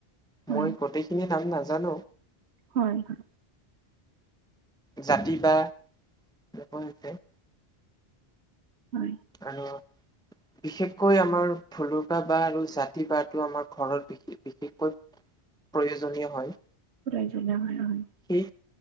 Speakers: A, on the right (about 85°); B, in the centre.
A: হয়
B: মই
A: হয়
B: গোটেইখিনি নাম নাজানো।
A: হয়, হয়।
B: জাতি বাঁহ <unintelligible>
A: হয়।
B: আৰু বিশেষকৈ আমাৰ ভলুকা বাঁহ আৰু জাতি বাঁহ আমাৰ ঘৰত বিশ-বিশেষকৈ প্ৰয়োজনীয় হয়।
A: প্ৰয়োজনীয় হয়, হয়।
B: সেই